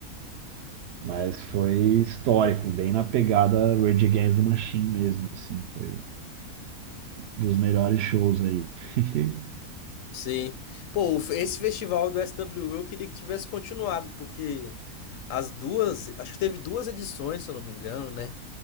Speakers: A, on the right; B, on the left.
A: Mas foi histórico, bem na pegada Rage Against the Machine mesmo, assim, foi dos melhores shows aí. <laughs>
B: Sim. Pô, o fe- esse festival do SWU eu queria que tivesse continuado, porque as duas, acho que teve duas edições, se eu não me engano, né?